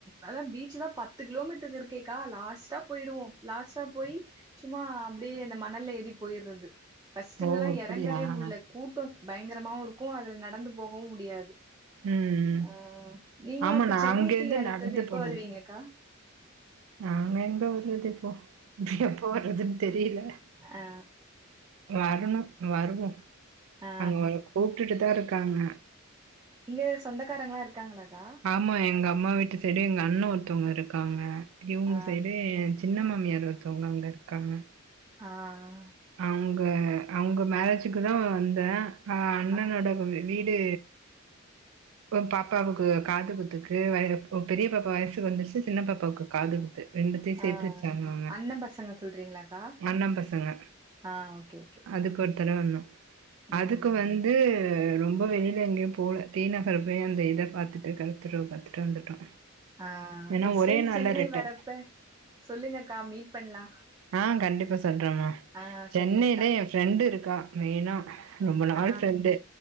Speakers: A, on the right; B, on the right.
A: அதான் பீச்சு தான் பத்து கிலோமீட்டருக்கு இருக்கேக்கா லாஸ்ட்டா போயிடுவோம் லாஸ்ட்டா போய் சும்மா அப்படியே இந்த மணல்லல ஏறி போயிறது பர்ஸ்ட்லல்லாம்
B: ஓ அப்டியா
A: இறங்கவே முடியல
B: ம்
A: கூட்டம் பயங்கரமாவும் இருக்கும் அதுல நடந்து போகவும் முடியாது
B: ம்
A: அஹ் நீங்க
B: ஆமா
A: இப்ப
B: நா
A: சென்னைக்குத்து
B: அங்கேருந்து
A: அடுத்
B: நடந்து
A: டுத்தது எப்ப
B: போறது
A: வருவீங்கக்கா
B: நாங்க எங்க வர்ரது இப்போ நா எப்போ வறதுன்னு தெரில.
A: ஆ
B: வர்ணு வருவோ.
A: ஆ
B: அங்க கூப்ட்டுட்டுதா இருக் காங்க.
A: இங்க சொந்தக்காரங்களா இருக் காங்களாக்கா?
B: ஆமா எங்க அம்மா வீட்டு செய்டு எங்க அண்ண ஒருத்தவுங்க இருக்காங்க. இவுங்க
A: ஆ
B: சைடு சின்னா மாமியாரு ஒருத்தவங்க அங்க இருக்காங்க.
A: ஆஹ்
B: ஆஹ் வ அவங்க மேரேஜ் க்கு தா வந்த ஹ அண்ணனோடது
A: ஆ
B: வீடு இப்ப பாப்பாவுக்கு காது குத்துக்கு பெரிய பாப்பா வயசுக்கு வந்துச்சு சின்ன பாப்பாவுக்கு காது குத்து ரெண்டுத்தையு சேத்து
A: ஆ
B: வச்சாங்க அவுங்க
A: அண்ண பசங்க சொல்றீங்களாக்கா
B: அண்ண பசங்க
A: ஆ ஓகே ஓகே
B: அதுக்கு ஒருத்தடவ வணு
A: ம்
B: அதுக்கு வந்து ரொம்ப வெளில எங்கயு போல தீநகர் போய் அந்த இத பாத்துட்டு கெழக்குதெருவ பாத்துட்டு வந்துட்டோ
A: ஆஹ்
B: ஏன்னா
A: நெக்ஸ்ட்
B: ஒரே
A: டைம்
B: நாள்ல
A: சென்னை
B: ரிட்டன்
A: வரப்ப சொல்லுங்கக்கா மீட் பண்லா
B: ஆஹ் கண்டிப்பா சொ சொல்றேமா
A: ஆ
B: சென்னைல
A: சரிங்கக்கா
B: ஏ ஃப்ரெண்டு இருக்கா மெய்னா ரொம்ப நாள்
A: ஆ
B: ஃப்ரெண்டு